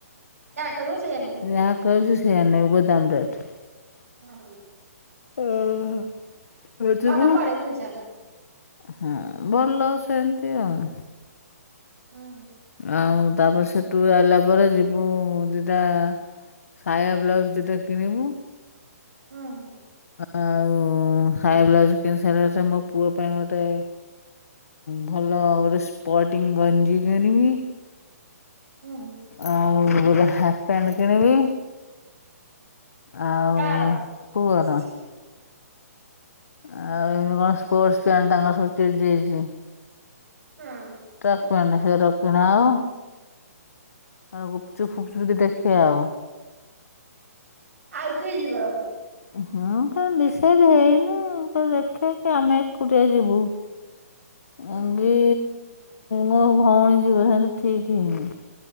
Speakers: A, on the left; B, on the right.
A: ଯାହା
B: କହିବ
A: କହିବୁ
B: ସେଇଆ ନେବି
A: ସେ ସେଇଆ ନେବେ ଗୋଦାମ ରେଟ୍।
B: ହଁ।
A: ଓ-ଓ-ଓ ଉଠିବୁ?
B: ଭଲ ପଡେ ଜିନିଷ
A: ହଁ, ଭଲ ସେମତି ଆଉ।
B: ହୁଁ
A: ଆଉ ତାପରେ ସେ ସେଠୁ ଆଇଲା ପରେ ଯିବୁ ଦିଟା ସାୟା ବ୍ଲାଉଜ୍ ଦିଟା କିଣିବୁ।
B: ହୁଁ।
A: ଆଉ-ଉ-ଉ-ଉ ସାୟା ବ୍ଲାଉଜ୍ କିଣି ସାରିଲାଠି ମୋ ପୁଅ ପାଇଁ ଗୋଟେ ଭଲ ଗୋଟେ ସ୍ପଟିଂ ଗଞ୍ଜି କିଣିବି।
B: ହୁଁ
A: ଆଉ ଗୋଟେ ହାଫ୍ ପ୍ୟାଣ୍ଟ୍ କିଣିବି। ଆଉ
B: କାଆର
A: ପୁଅର
B: ହୁଁ
A: ଆଉ ଏମିତି କଣ ସ୍ପୋର୍ଟସ ପ୍ୟାଣ୍ଟ୍ ତାଙ୍କର ସବୁ ଚେଞ୍ଜ୍ ହେଇଛି।
B: ହୁଁ।
A: ଟ୍ରାକ୍ ପ୍ୟାଣ୍ଟ୍ ସେରା କିିଣାହେବ। ଆଉ ଗୁପଚୁପ୍ ଫୁପଚୁପ୍ ଦିଟା ଖିଆ ହେବ।
B: ଆଉ କିଏ ଯିବ
A: ହଁ କଣ ନିଷେଧ ହେଇନି। <unintelligible> ଦେଖିବା କି ଆମେ ଏକୁଟିଆ ଯିବୁ।
B: ହୁଁ
A: ଆଙ୍ଗି ମୋ ଭଉଣୀ ଯିବ ହେଲେ ଠିକ୍ ହେଇନି।